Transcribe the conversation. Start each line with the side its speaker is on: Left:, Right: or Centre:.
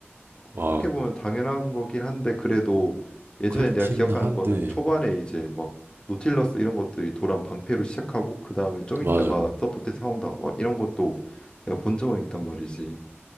Right: 와,
Left: 어떻게 보면 당연한 거긴 한데 그래도 예전에
Right: 그렇긴
Left: 내가 기억하는
Right: 한데,
Left: 거는 초반에 이제 막 노틸러스 이런 것들이 도란 방패로 시작하고 그 다음에 좀
Right: 맞아,
Left: 있다가 서포트 사온다 막 이런 것도 내가 본 적은 있단 말이지.